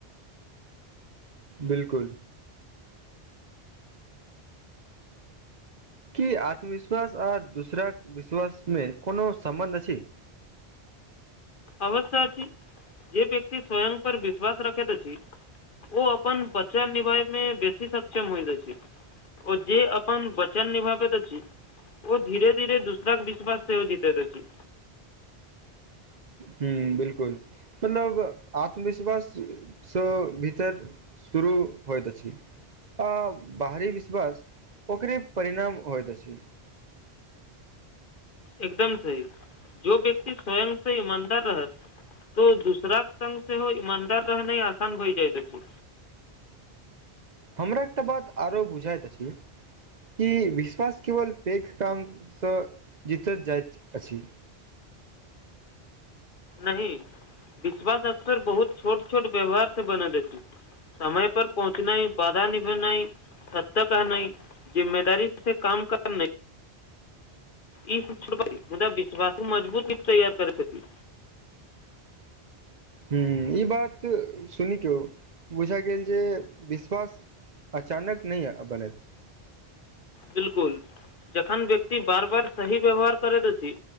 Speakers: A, on the right (about 45°); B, on the left (about 55°).
A: बिलकुल की आत्मविश्वास आ दूसराक विश्वासमे कोनो सम्बन्ध अछि
B: अवश्य अछि जे व्यक्ति स्वेंम पर विश्वास रखैत अछि ओ अपन वचन निभाय मे बेसी सक्षम होइत अछि ओ जे अपन वचन निभाबैत अछि ओ धीरे धीरे दूसरा के विश्वास सेहो जितैत अछि
A: हु बिलकुल मतलब आत्मविश्वास सँ भीतर शुरू होइत अछि आ बाहरी विश्वास ओकरे परिणाम होइत अछि
B: एकदम सही जो व्यक्ति स्वयं से ईमानदार रहत तो दूसराक संग सेहो ईमानदार रहनाइ आसान भइ जाइत अछि
A: हमरा एकटा बात आरो बुझाइत अछि कि विश्वास केवल पैघ कामसँ जितैत जाइत अछि
B: नहि विश्वास अक्सर बहुत छोट छोट व्यवहार सँ बनैत अछि समय पर पहुँचनाइ वादा निभेनाइ सत तक आ नहि जिम्मेदारी से काम करनाइ ई शिक्ष <unintelligible> मुदा विश्वास मजबूत रीप तैयार करैत छथि
A: ह ई बात सुनिकौ बुझा गेल जे विश्वास अचानक नहि यऽ बनैत
B: बिलकुल जखन व्यक्ति बार बार सही व्यवहार करैत अछि